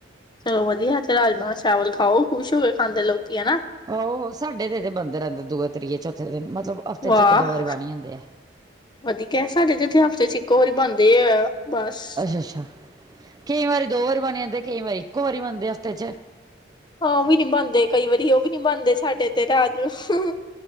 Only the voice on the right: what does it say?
ਆਹੋ ਸਾਡੇ ਤੇ ਤਾ ਇੱਥੇ ਬਣਦੇ ਰਹਿੰਦੇ ਦੂਏ-ਤੀਏ- ਚੌਥੇ ਦਿਨ ਮਤਲਬ। ਹਫ਼ਤੇ
'ਚ ਇੱਕ ਦੋ ਵਾਰੀ ਬਣ ਜਾਂਦੇ ਆ
ਅੱਛਾ- ਅੱਛਾ ਕਈ ਵਾਰੀ ਦੋ ਵਾਰੀ ਬਣ ਜਾਂਦੇ ਕਈ ਵਾਰੀ ਇੱਕੋ ਵਾਰੀ ਬਣਦੇ ਆ ਹਫਤੇ 'ਚ